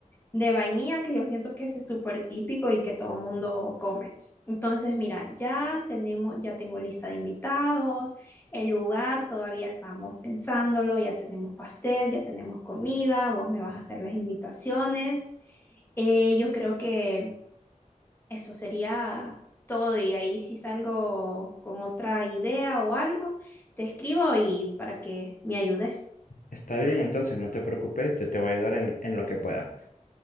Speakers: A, on the left; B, on the left.
A: de vainilla que yo siento que ese es súper típico y que todo el mundo come. Entonces, mira, ya tenemos, ya tengo lista de invitados, el lugar, todavía estamos pensándolo, ya tenemos pastel, ya tenemos comida, vos me vas a hacer las invitaciones. Eh, yo creo que eso sería todo y ahí si salgo con otra idea o algo, te escribo y para que me ayudes.
B: Está bien, entonces, no te preocupes, yo te voy a ayudar en, en lo que pueda, pues.